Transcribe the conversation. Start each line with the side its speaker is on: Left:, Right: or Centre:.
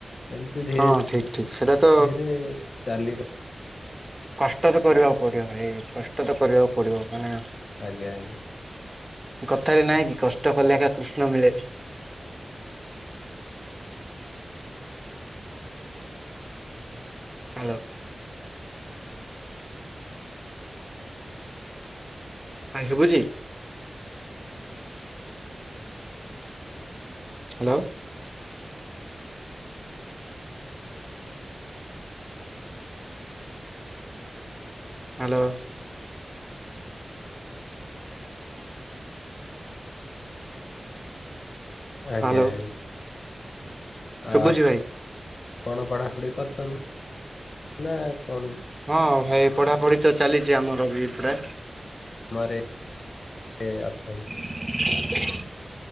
Left: ଏମିତି ଧୀରେ-ଧୀରେ
Right: ହଁ ଠିକ ଠିକ ସେଇଟା ତ
Left: ଚାଲି ର
Right: କଷ୍ଟ ଯୋ କରିବାକୁ ପଡ଼ିବ ଭାଇ କଷ୍ଟ ତ କରିବାକୁ ପଡ଼ିବ ମାନେ,
Left: ଆଜ୍ଞା-ଆଜ୍ଞା,
Right: କଥାରେ ନହିଁ କି କଷ୍ଟ କଲେ ଏକା କୃଷ୍ଣ ମିଳେ, ହ୍ୟାଲୋ, ଭାଇ ସୁବୁଛି? ହ୍ୟାଲୋ, ହ୍ୟାଲୋ,
Left: ଆଜ୍ଞା-ଆଜ୍ଞା
Right: ହ୍ୟାଲୋ ଶୁଭୁଛି
Left: ଆପ୍
Right: ଭାଇ
Left: କଣ ପଢ଼ାପଢ଼ି କରୁନ୍ ନା କଣ ସେ?
Right: ହଁ ଭାଇ ପଢାପଢି ତ ଚାଲିଛି ଆମର ବି ପୁରା।
Left: ଘରେ ଅଛନ୍ତି।
Right: <inaudible>